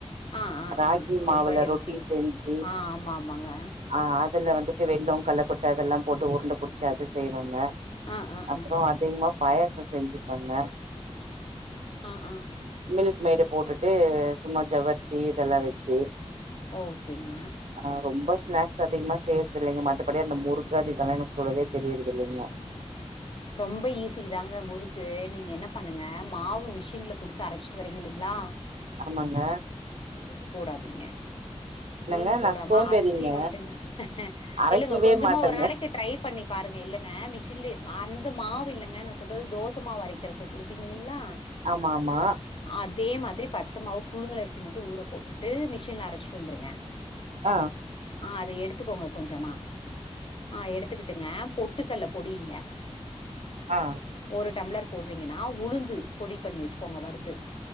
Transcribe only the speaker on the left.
ஆ ஆ
ஆ
ரொம்ப ஹெல்தி
ஆ ஆமா ஆமாங்க
ஆ ஆ
ஆ
ஆ ஆ
ஓகேங்க
ரொம்ப ஈஸி தாங்க முறுக் து நீங்க என்ன பண்ணுங்க மாவு மிஷின்ல குடுத்து அரைச்சிட்டு வரீங்க இல்லிங்ளா
உளுந்து போடாதீங்க
உளுந்து போடாம
அரிசி மட்டும்ங்க
இல்லங்க கொஞ்சமா
ஒரு நாளைக்கு ட்ரை பண்ணி பாருங்க இல்லைங்க மிஷின்லே அந்த மாவு இல்லங்க நா சொல்றது தோசமாவு அரைக்கறதுக்கு குடுப்பீங்க இல்லிங்களா
அதே மாதிரி பச்ச மாவு புழுங்கல் அரிசி மட்டு ஊற போட்டுட்டு மிஷின்ல அரச்சிட்டு வந்துருங்க
ஆ அத எடுத்துக்கோங்க கொஞ்சமா ஆ எடுத்துக்கிட்டுங்க பொட்டுக்கல்ல பொடிங்க
ஒரு டம்ளர் போடுறீங்கன்னா உளுந்து பொடி பண்ணி வச்சுக்கோங்க வறுத்து